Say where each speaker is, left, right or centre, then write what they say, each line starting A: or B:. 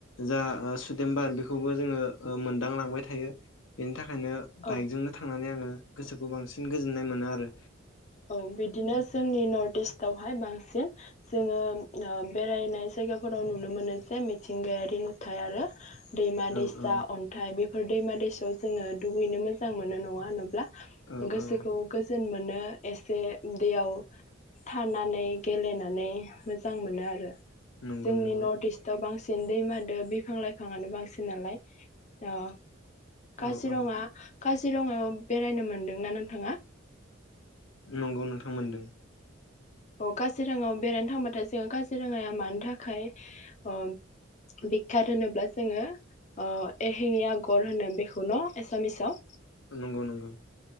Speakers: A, on the left; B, on the left.
A: जा सुदेम बार बेखौबो जोङो मोनदांलांबाय थायो बेनि थाखाय बेओंखायनो
B: औ
A: बाइकजोंनो थांनानै आङो गोसोखौ बांसिन गोजोननाय मोनो आरो
B: औ बिदिनो जोंनि नर्थ इस्टआवहाय बांसिन जोङो बेरायनाय जायगाफोराव नुनो मोनो जे मिथिंगायारि नुथाय आरो दैमा दैसा
A: औ
B: अन्थाइ बे बेफोर दैमा दैसायाव जोङो दुगैनो मोजां मोनो नङा होनोब्ला
A: औ
B: गोसोखौ
A: औ
B: गोजोन मोनो एसे दैयाव थानानै गेलेनानै मोजां मोनो आरो
A: नंगौ
B: जोंनि
A: नंगौ
B: नर्थ इस्टआव बांसिन बि दै मादो बिफां लाइफांआानो बांसिन नालाय‌ अ काजिरङा
A: औ औ
B: काजिरङायाव बेरायनो मोनदोंना नोंथाङा
A: नंगौ नोंथांमोनदों
B: औ काजिरङायाव बेरायनो थांबाथाय जोंङो काजिरङाया मानो थाखाय अ <unintelligible> होनोब्ला जोङो ओ एहिनि आगर होनो बेखौ न एसामिसाव
A: नंगौ नंगौ